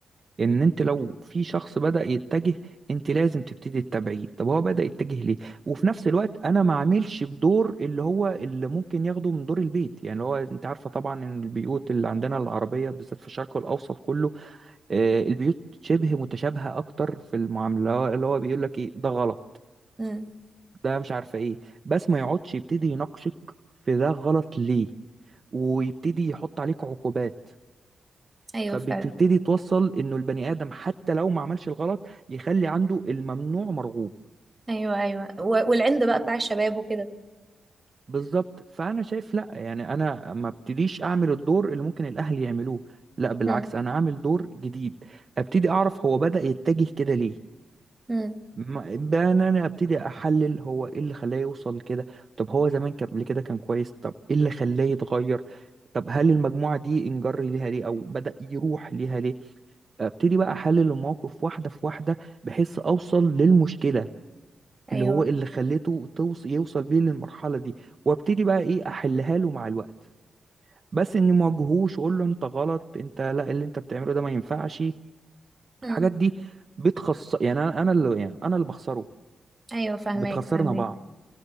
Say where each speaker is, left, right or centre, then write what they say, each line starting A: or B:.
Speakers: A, on the right; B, on the right.
A: إن أنت لو في شخص بدأ يتجه أنت لازم تبتدي تتابعيه طب هو بدأ يتجه ليه وفي نفس الوقت أنا ما عاملش بدور اللي هو اللي ممكن ياخده من دور البيت يعني اللي هو أنت عارفة طبعا إن البيوت اللي عندنا العربية بالذات في الشرق الأوسط كله آه، البيوت شبه متشابهة أكتر في المعاملة اللي هو بيقول لك إيه ده غلط
B: امم
A: ده مش عارفه ايه بس ما يقعدش يبتدي يناقشك في ده غلط ليه ويبتدي يحط عليك عقوبات
B: ايوه
A: فبتبتدي
B: فعلا
A: توصل انه البني ادم حتى لو ما عملش الغلط يخلي عنده الممنوع مرغوب
B: ايوه ايوه و- والعند بقى بتاع الشباب وكده
A: بالظبط فانا شايف لا يعني انا ما ابتديش اعمل الدور اللي ممكن الاهل يعملوه لا بالعكس
B: مم.
A: انا اعمل دور جديد ابتدي اعرف هو بدأ يتجه كده ليه
B: مم.
A: ما- بقى ان انا ابتدي احلل هو ايه اللي خلاه يوصل كده طب هو زمان كان قبل كده كان كويس طب ايه اللي خلاه يتغير طب هل المجموعة دي انجر ليها ليه او بدأ يروح ليها ليه ابتدي بقى احلل المواقف واحدة في واحدة بحيث اوصل للمشكلة
B: ايوه
A: اللي هو اللي خليته توص يوصل بيه للمرحلة دي وابتدي بقى ايه احلها له مع الوقت بس اني ما اواجهوش واقول له انت غلط انت لا اللي انت بتعمله ده ما ينفعش
B: مم.
A: الحاجات دي بتخص يعني انا انا اللي يعني انا اللي بخسره
B: ايوه فاهمك
A: بتخسرنا
B: فاهمك
A: بعض